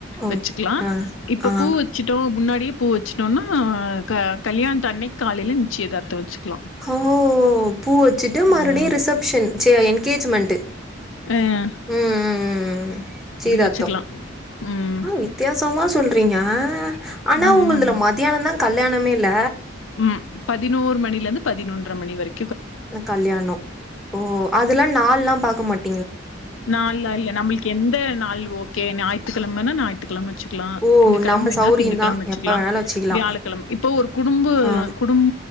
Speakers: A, in the centre; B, on the left (about 85°).
A: ஓ
B: வச்சுக்லா
A: ஆ
B: இப்ப
A: ஆ
B: பூ வச் வச்சட்டோ முன்னாடியே பூ வச்சுட்டோன்னா க கல்யாணத் அன்னைக் காலையில நிச்சியதார்த்தோ வச்சுக்லா
A: ஹோ பூ வச்சுட்டு மறுபடியு
B: ம்.
A: ரிசப்ஷன் சு என்கேஜ்மெண்ட்டு
B: எ ஆ
A: ம் ம் ம் ம் நிச்சியதார்த்தோ
B: வச்சுக்கலாம். ம்.
A: வித்தியாசமா சொல்றீங்க ஆனா
B: ம்.
A: உங்கள்துல மத்தியானந்தா கல்யாணமேல்ல
B: ம் பதினோரு மணில இருந்து பதினொன்றர மணி வரைக்கு
A: க்கு கல்யாணோ ஓ அதெல்லா நாள்லா பாக்க மாட்
B: நாள்லா இல்ல நம்மளுக்கு எந்த நாள் ஓகே ஞாய்த்துக் கெழமன்னா ஞாத் த்து கெழம வச்சுக்லா
A: ஓ
B: திங்க கெழம்ப
A: நம்ம
B: வேண்ணா
A: சௌரியந்தா
B: திங்க கிழம வச்சுக்லா
A: எப்ப வேணாலு வச்சுக்கலா
B: வியாழக்கெழம இப்போ ஒரு குடும்ப
A: ஆ
B: குடும்